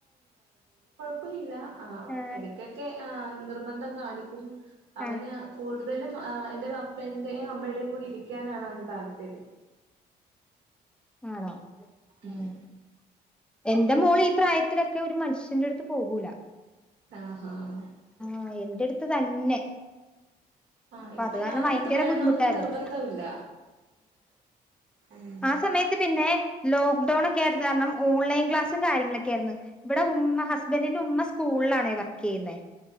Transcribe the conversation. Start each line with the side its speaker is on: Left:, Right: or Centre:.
Right: കുഴപ്പമില്ല ആഹ
Centre: ആ
Right: എടക്കൊക്കെ ആ നിർബന്ധം കാണിക്കും അവന്
Centre: ആ
Right: കൂടും കൂടുതലും ഏ എന്റെ അപ്പ എന്റെയും അമ്മയുടെേയും കൂടി ഇരിക്കാനാണ് അവന് താല്പര്യം
Centre: ആണോ ആ
Right: ഉം
Centre: എന്റെ മോള് ഈ പ്രായത്തിലൊക്കെ ഒരു മനുഷ്യന്റെ അടുത്ത് പോകൂല
Right: ആഹ ആഹ
Centre: ആ എന്റെ അടുത്ത് തന്നെ
Right: ആഹ
Centre: അപ്പൊ
Right: ഇതിപ്പോ
Centre: അത് കാരണം
Right: ഞാന
Centre: ഭയങ്കര
Right: അടുത്ത് വേണോന്നും
Centre: ബുദ്ധിമുട്ടായിരുന്നു
Right: നിർബന്ധമില്ല ഉം
Centre: ആ സമയത്ത് പിന്നെ ലോക്ക്ഡൗൺ ഒക്കെയായിട്ടത് കാരണം ഓൺലൈൻ ക്ലാസും കാര്യങ്ങളൊക്കെ ആയിരുന്നു ഇവിടെ ഉമ്മ ഹസ് ഹസ്ബൻഡിന്റെ ഉമ്മ സ്കൂളിലാണേ വർക്ക് ചെയ്യുന്നുന്നത്